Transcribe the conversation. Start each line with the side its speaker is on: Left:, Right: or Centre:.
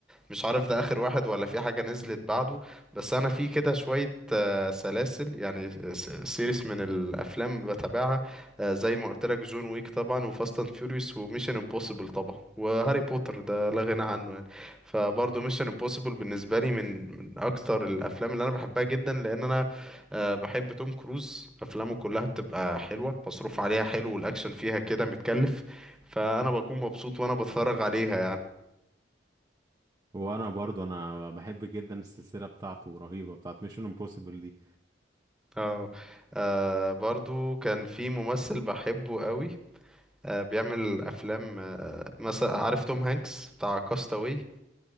Centre: مش عارف ده اخر واحد ولا في حاجة نزلت بعده بس انا في كده شوية آه، سلاسل يعني آه س- سيريس من الافلام بتابعها آه، زي ما قلت لك جون ويك طبعا وفاست اند فيوريوس وميشن امبوسيبل طبعا وهاري بوتر ده لا غنى عنه يعني فبرضه ميشن امبوسيبل بالنسبة لي من من اكتر الافلام اللي انا بحبها جدا لان انا أه بحب توم كروز افلامه كلها بتبقى حلوه مصروف عليها حلو والاكشن فيها كده متكلف فانا بكون مبسوط وانا بتفرج عليها يعني
Right: وانا برضو انا بحب جدا السلسلة بتاعته رهيبة بتاعت ميشن امبوسيبل دي.
Centre: اه آه، برضو كان في ممثل بحبه قوي أه بيعمل افلام آه، مثلا عارف توم هانكس بتاع كاستاوي